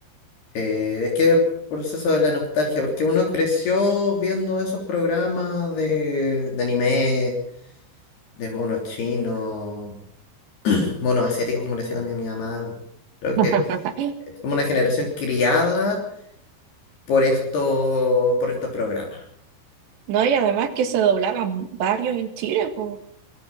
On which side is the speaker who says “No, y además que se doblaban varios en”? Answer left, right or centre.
Right